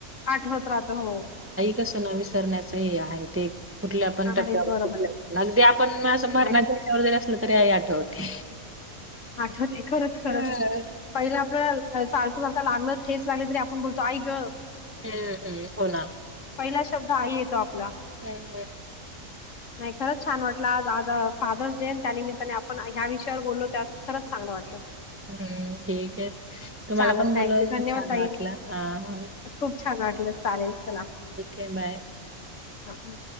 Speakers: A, on the left; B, on the right.
A: आठवत राहत हो.
B: तसं ना विसरण्याच हे आहे ते कुठल्या पण टप्प्यावर
A: आहेच बरोबर
B: अगदी आपण असं मरणाच्या
A: आहे.
B: त्याच्यावर जरी असल. तरी आई आठवते.
A: आठवते खरच खरच
B: हं.
A: पहिले आपलं चालत. ता लागलं ठेस लागल तरी आपण बोलतो आई ग
B: हम्म हम्म हो ना
A: पहिला शब्द आई येतो आप
B: हम्म
A: नाही, खरंच छान वाटलं. आज आज फादर्स डे, त्या निमित्ताने आपण ह्या विषयावर बोललो त्या खरंच, चांगलं वाटलं.
B: हम्म ठीकये तुम्हाला
A: चालेल
B: पण बोलून
A: थँक्यू धन्यवाद
B: खूप छान
A: ताई
B: वाटलां हा
A: खूप छान वाटलं, चालेल. चला,
B: आहे. बाय.
A: ह